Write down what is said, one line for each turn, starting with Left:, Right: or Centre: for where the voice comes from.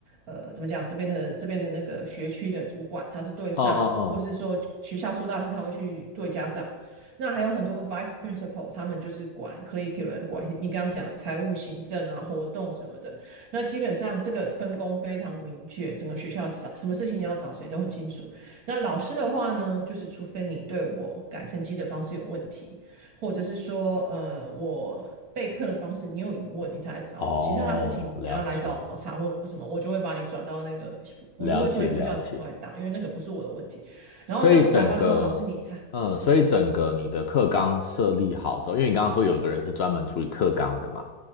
Right: 呃，怎么讲？这边的这边的那个学区的主管，他是对上的，
Left: 哦哦哦
Right: 或是说学校辅导师，他会去对家长。那还有很多 vice principal，他们就是管 curriculum，管你刚刚讲的财务、行政啊、活动什么的。那基本上这个分工非常的明确，整个学校找什么事情要找谁都很清楚。那老师的话呢，就是除非你对我改成绩的方式有问题，或者是说，呃，我。备课的方式，你有疑问你才来找我，
Left: 哦，
Right: 其他的事情你要来找查或什么，
Left: 了解，
Right: 我就会把你转到那个，我就会推副校长出来当，
Left: 了解，了解。
Right: 因为那个不是我的问题。然后像台湾的话，
Left: 所以整个，
Right: 老师你哈、
Left: 嗯，
Right: 是。
Left: 所以整个你的课纲设立好之后，因为你刚刚说有一个人是专门处理课纲的嘛，